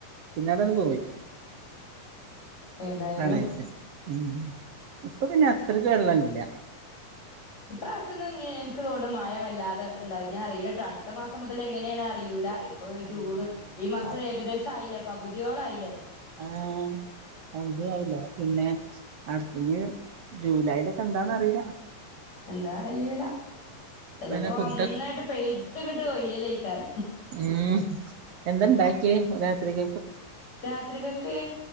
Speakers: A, on the right; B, on the left.
A: പിന്നെ അതന്ന് പോയി
B: ഏതായാലും
A: പ്രണയത്തി ഉ ഇപ്പൊ പിന്നെ അത്രയ്ക്ക് വെള്ള ഇില്ല
B: ഇപ്രാവശ്യംന്ന എനിക്ക് തോന്നും മഴ വല്ലാതെ ഉണ്ടാവും ഞാൻ അറിയില്ലെട്ടോ അടുത്ത മാസം മുതൽ എങ്ങനെയാണ് അറിൂല ഇപ്പൊ
A: അറിയൂല
B: ജൂണ് ഈ മാസം
A: ആഹ്
B: ഏകദേശം ആയില്ല പകുതിയോളായില്ലേ
A: ആഹ അതല്ല പിന്നെ അടുത്തഞ്ഞ് ജൂലൈലൊക്കെ എന്താന്ന് അറിയില്ല
B: എന്താ അറിയല ചിലപ്പോ
A: പിന്നെ ഫുഡ്
B: നന്നായിട്ട് പെയ ഇത്ത കേട്ടോ ഏലൈക്കാര
A: ഉം എന്തന്താ രാത്രിക
B: രാത്രികൊക്കെ